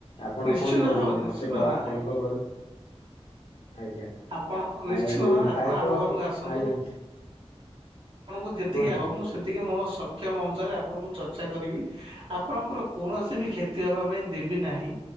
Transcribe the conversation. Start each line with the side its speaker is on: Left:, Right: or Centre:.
Left: ଆପଣ
Right: ନିଶ୍ଚିନ୍ତ
Left: କଣ କହୁଛନ୍ତି
Right: ଭାବରେ ନିଶ୍ଚିନ୍ତ
Left: ମତେ ଡ
Right: ଭାବରେ
Left: ଆପଣଙ୍କ ଘରକୁ ଆଜ୍ଞା।
Right: ଆପଣ ନିଶ୍ଚିନ୍ତ
Left: ଆଉ
Right: ଭାବରେ ଆପଣ
Left: ପ୍ରାୟତଃ
Right: ଆମ ଘରକୁ ଆସନ୍ତୁ।
Left: ଆଜ୍ଞା।
Right: ଆପଣଙ୍କୁ ଯେତିକି
Left: କୁହନ୍ତୁ
Right: ଆବ ମୁଁ ସେତିକି ମୋ ସ କ୍ଷମ ଅନୁସାରେ ଆପଣଙ୍କୁ ଚର୍ଚ୍ଚା କରିବି ଆପଣଙ୍କର କୌଣସି ବି କ୍ଷତି ହବା ପାଇଁ ଦେବି ନାହିଁ।